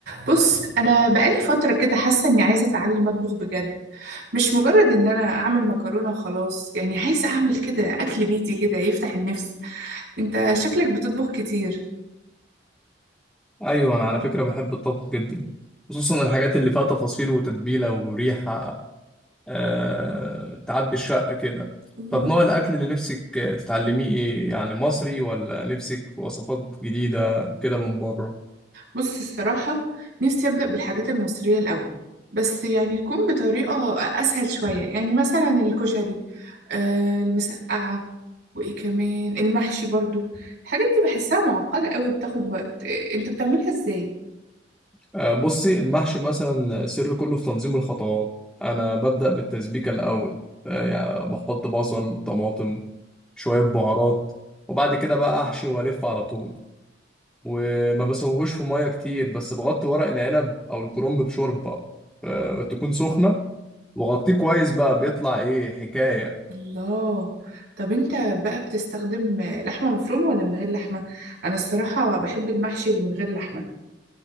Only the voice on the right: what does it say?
بص انا بقالي فتره كده حاسه اني عايزه اتعلم اطبخ بجد مش مجرد ان انا اعمل مكرونه وخلاص يعني عايزه اعمل كده اكل بيتي كده يفتح النفس انت شكلك بتطبخ كتير
الله
بص الصراحة نفسي أبدأ بالحاجات المصرية الأول بس يعني تكون بطريقة أسهل شوية يعني مثلا الكشري آه المسقعة وإيه كمان المحشي برضو الحاجات دي بحسها معقدة قوي وبتاخد وقت آه، أنت بتعملها إزاي؟
الله طب أنت بقى بتستخدم آه، لحمة مفرومة ولا من غير لحمة؟ أنا الصراحة بحب المحشي اللي من غير لحمة